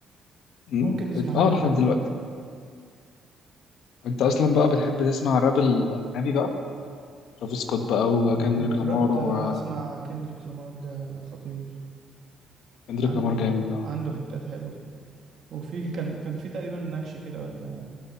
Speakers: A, on the left; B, on the right.
A: م-
B: ممكن نسمع
A: اه
B: حاجه في
A: لحد
B: القديم
A: دلوقتي انت اصلا بقى بتحب تسمع الراب الاجنبي بقى ترافيس سكوت بقى وكندريك
B: آه، جربت
A: لامار وكندريك
B: آه، اسمع كندريك لامار ده خطير
A: لامار
B: عنده
A: جامد اه
B: عنده هتات حلوه وفي ال- كان كان في تقريبا نكش كده ولا